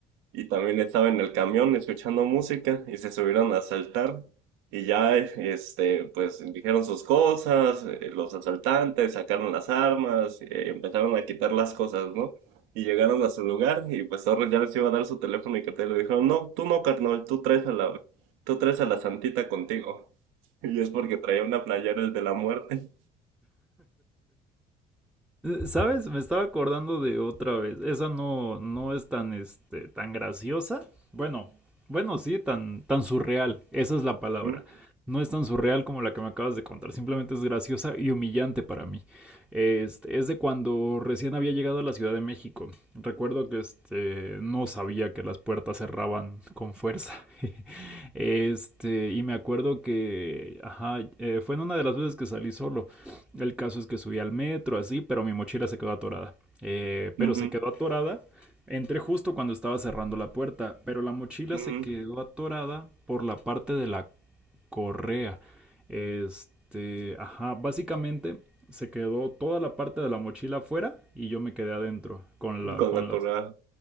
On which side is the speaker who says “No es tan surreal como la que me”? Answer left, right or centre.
Centre